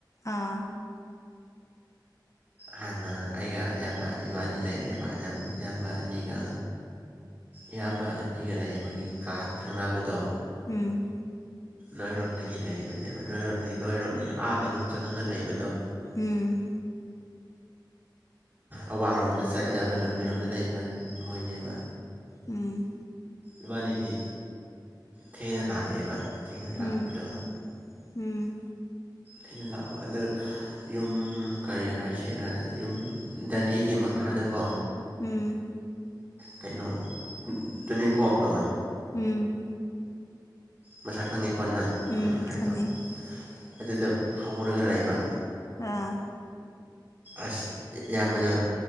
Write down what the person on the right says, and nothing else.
ꯍꯥꯟꯅ ꯑꯩꯒ ꯏꯌꯥꯝꯕ ꯏꯕꯥꯅꯤ ꯂꯩꯔꯦꯕ ꯏꯌꯥꯝ ꯏꯌꯥꯝꯕ ꯑꯅꯤꯒ ꯏꯌꯥꯝꯕ ꯑꯅꯤꯒ ꯂꯩꯕꯒꯤ ꯀꯥ ꯊꯪꯅꯕꯗꯣ
ꯅꯣꯏꯔꯣꯝꯗꯒꯤ ꯂꯩꯕꯅꯦꯕ ꯅꯣꯏꯔꯣꯝꯗꯒꯤ ꯅꯣꯏꯔꯣꯝꯗꯒꯤ ꯑꯥ ꯃꯅꯨꯡ ꯆꯪꯉꯒ ꯂꯩꯕꯗꯣ
ꯑꯋꯥꯡꯂꯣꯝꯗ ꯆꯠꯀꯗꯕ ꯂꯝꯕꯤꯔꯣꯝꯗ ꯂꯩꯕ ꯃꯣꯏꯅꯦꯕ
ꯏꯕꯥꯅꯤꯗꯤ ꯊꯦꯡꯅ ꯂꯥꯛꯑꯦꯕ ꯊꯦꯡꯅ
ꯂꯥꯛꯄꯗꯣ
ꯑꯩꯅ ꯂꯥꯛꯑꯣ ꯑꯗ ꯌꯨꯝ ꯀꯔꯤ ꯍꯥꯏꯁꯦ ꯌꯨꯝ ꯔꯤꯒꯤ ꯐꯥꯗꯀꯣ
ꯀꯩꯅꯣ ꯇꯨꯅꯤꯈꯣꯛꯇꯣ
ꯃꯁꯛ ꯈꯪꯉꯦꯀꯣ ꯅꯪ
ꯎꯡ ꯍꯥꯏꯗꯣ
ꯑꯗꯨꯗꯣ ꯍꯧꯔꯒ ꯂꯩꯕ
ꯑꯁ ꯏꯌꯥꯝꯕꯗꯣ